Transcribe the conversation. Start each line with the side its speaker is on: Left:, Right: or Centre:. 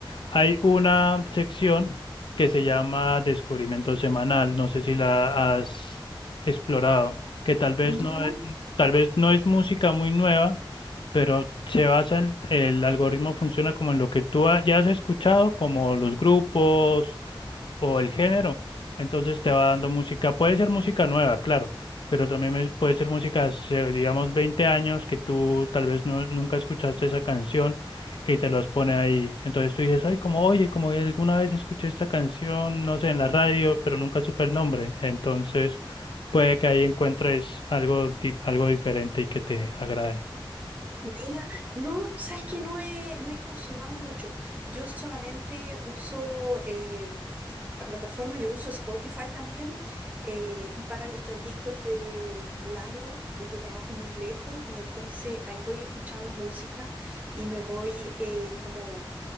Left: hay una sección que se llama Descubrimiento Semanal. No sé si la has explorado, que tal vez
Right: No
Left: no, e- tal vez no es música muy nueva, pero se basa en, el algoritmo funciona como en lo que tú ha- ya has escuchado, como los grupos o el género. Entonces te va dando música, puede ser música nueva, claro, pero también es- puede ser música, hace, digamos, 20 años que tú tal vez no- nunca escuchaste esa canción y te los pone ahí. Entonces tú dices, ay, como, oye, como alguna vez escuché esta canción, no sé, en la radio, pero nunca supe el nombre. Entonces puede que ahí encuentres algo, di- algo diferente y que te agrade.
Right: Mira, no, sabes que no he, no he incursionado mucho. Yo solamente uso eh, la plataforma, yo uso Spotify también. eh, y para los trayectos de de largos, pues yo trabajo muy lejos y entonces ahí voy escuchando música y me voy eh, como